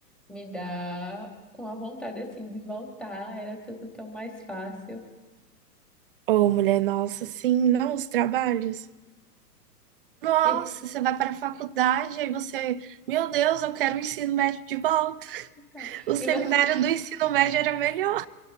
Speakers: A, in the centre; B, on the right (about 35°).
A: me dá uma vontade assim de voltar. Era tudo tão mais fácil.
B: Ô, mulher, nossa, sim, não, os trabalhos. Nossa,
A: E,
B: você vai para a faculdade, aí você, meu Deus, eu quero o ensino médio de volta.
A: então,
B: O seminário
A: e você,
B: do ensino médio era melhor,